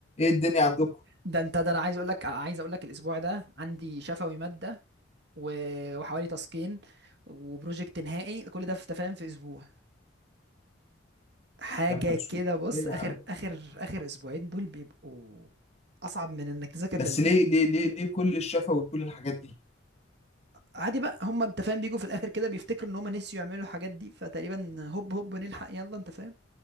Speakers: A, on the left (about 30°); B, on the right (about 55°).
A: الدنيا عندكم
B: ده انت ده انا عايز اقول لك عايز اقول لك الاسبوع ده عندي شفوي ماده و- وحوالي تاسكين وبروجكت نهائي كل ده في تفاهم في اسبوع حاجه
A: يا نهار اسود
B: كده بص
A: ليه
B: اخر
A: يا عم
B: اخر اخر اسبوعين دول بيبقوا اصعب من انك تذاكر
A: بس
B: لل
A: ليه ليه ليه ليه كل الشفا وكل الحاجات دي
B: عادي بقى هم انت فاهم بيجوا في الاخر كده بيفتكروا ان هم نسيوا يعملوا الحاجات دي فتقريبا هوب هوب نلحق يلا انت فاهم